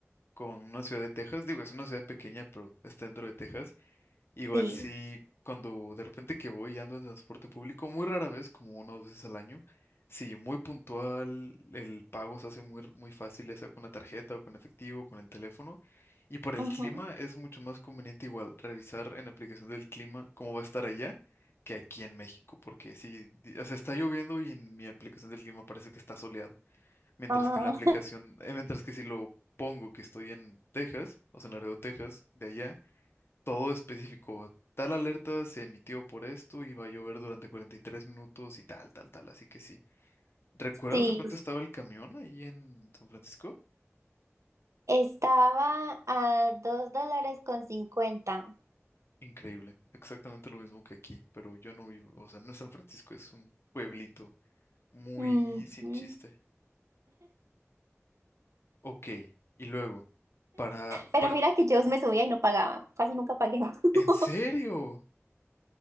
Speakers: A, on the left (about 55°); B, on the right (about 80°).
A: con una ciudad de Texas, digo, es una ciudad pequeña, pero está dentro de Texas, Igual
B: Sí.
A: sí, cuando de repente que voy y ando en transporte público, muy rara vez, como una o dos veces al año, sí, muy puntual, el pago se hace muy, muy fácil, ya sea con la tarjeta o con efectivo, con el teléfono. Y por el
B: Ujú.
A: clima es mucho más conveniente igual revisar en la aplicación del clima cómo va a estar allá que aquí en México, porque sí, di- o sea, está lloviendo y en mi aplicación del clima parece que está soleado, mientras
B: Ah,
A: que en la aplicación, eh, mientras que si lo pongo que estoy en Texas, o sea, en Laredo, Texas, de allá todo específico. Tal alerta se emitió por esto y va a llover durante 43 minutos y tal, tal, tal. Así que sí. ¿Recuerdas
B: <laughs> sí.
A: a cuánto estaba el camión ahí en San Francisco?
B: Estaba a dos dólares con cincuenta.
A: Increíble. Exactamente lo mismo que aquí, pero yo no vivo, o sea, no es San Francisco, es un pueblito muy
B: Ujú.
A: sin chiste. Ok, y luego, para,
B: Pero
A: para,
B: mira que yo me subía y no pagaba, casi nunca pagué. <laughs>
A: ¿en serio?